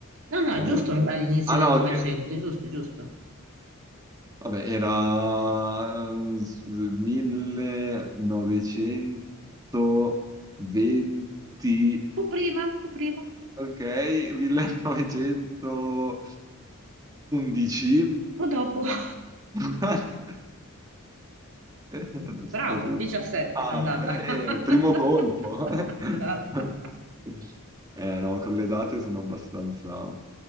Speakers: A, on the right; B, on the right.
A: No, no, è
B: Eh,
A: giusto all'inizio
B: ah
A: del
B: no,
A: Novecento,
B: ok.
A: è giusto, è giusto.
B: Vabbè, era eh, 1920...
A: Tu prima, tu prima,
B: Ok, 1911, 17,
A: tu dopo. <laughs>
B: <laughs> adesso
A: Bravo,
B: tu.
A: 17,
B: Ah,
A: andata.
B: ok, eh,
A: <laughs>
B: il primo colpo. <laughs>
A: Andata.
B: Eh no, con le date sono abbastanza...